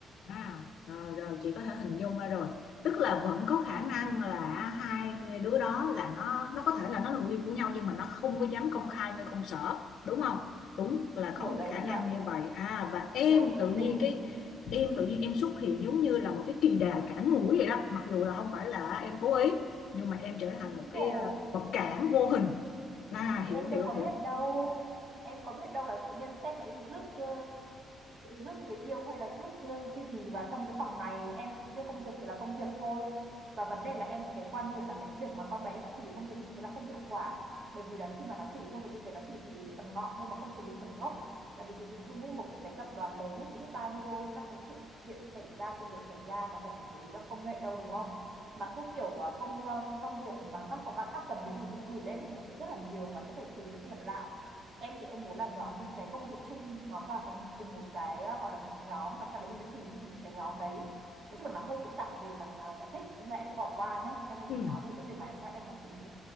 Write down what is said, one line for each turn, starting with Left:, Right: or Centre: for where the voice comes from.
Left: À, rồi rồi chị có thể hình dung ra rồi tức là vẫn có khả năng là hai đứa đó là nó nó có thể là nó là người yêu của nhau nhưng mà nó không có dám công khai nơi công sở đúng không đúng là
Right: kiểu
Left: có một cái
Right: đấy
Left: khả
Right: chị
Left: năng
Right: ạ
Left: như vậy à và em
Right: kiểu
Left: tự nhiên
Right: tình
Left: cái em tự nhiên em xuất hiện giống như là một cái kỳ đà cản mũi vậy đó mặc dù là không phải là em cố ý nhưng mà em trở
Right: đúng
Left: thành một cái
Right: rồi
Left: ờ, vật cản vô hình là hiểu
Right: Thì em
Left: hiểu
Right: đâu có
Left: hiểu
Right: biết đâu em có biết đâu là tự nhiên sếp lại đi rước ờ, rước người yêu hay là rước ờ, cái gì vào trong cái phòng này em chỉ biết công việc thì là công việc thôi và vấn đề là em thì cái quan điểm là cái việc mà con bé nó xử lý công việc như thế là không hiệu quả bởi vì là khi mà nó xử lý công việc như thế nó chỉ xử lý được phần ngọn thôi mà không xử lý được phần gốc tại vì chị hình dung với một cái tập đoàn lớn ấy thì biết bao nhiêu các cái sự kiện xảy ra sự việc xảy ra mà cần phải xử lý bằng công nghệ đâu đúng không mà cứ kiểu à, công à, công việc mà các phòng ban khác cần cái gì thì gửi lên thì nó sẽ rất là nhiều và sẽ phải xử lý nó đi lặp lại em thì em muốn là nhóm những cái công việc chung nó vào thành cùng một cái à, gọi là một cái nhóm và sau đấy mình sẽ xử lý cùng một cái nhóm đấy nói chung là nó hơi phức tạp về mặt à, giải thích nên là em sẽ bỏ qua nhá em
Left: Ừ.
Right: sẽ chỉ nói về cái việc mà em sao em còn thấy